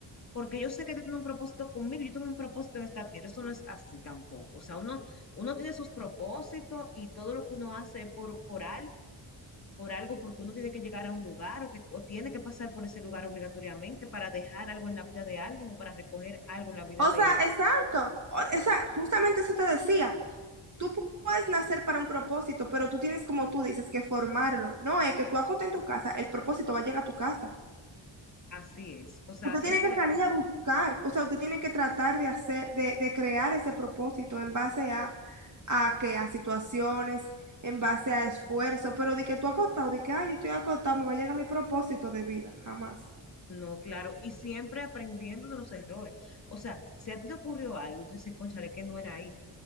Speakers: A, on the left (about 35°); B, on the right (about 40°).
A: porque yo sé que tú tienes un propósito conmigo, yo tengo un propósito en esta tierra, eso no es así tampoco. O sea, uno, uno tiene sus propósitos y todo lo que uno hace por, por al, por algo, porque uno tiene que llegar a un lugar o, que, o tiene que pasar por ese lugar obligatoriamente para dejar algo en la vida de alguien o para recoger algo en la vida
B: O
A: de...
B: sea, exacto. O, o sea, justamente eso te decía. Tú pu- puedes nacer para un propósito, pero tú tienes, como tú dices, que formarlo. No es que tú acotes en tu casa, el propósito va a llegar a tu casa.
A: Así es. O sea,
B: Usted
A: esa,
B: tiene que salir a buscar, o sea, usted tiene que tratar de hacer, de, de crear ese propósito en base a, a qué, a situaciones, en base a esfuerzo, pero de que tú acotado, de que, ay, yo estoy acotado, me va a llegar mi propósito de vida, jamás.
A: no, claro, y siempre aprendiendo de los errores. O sea, si a ti te ocurrió algo y tú dices, cónchale que no era ahí,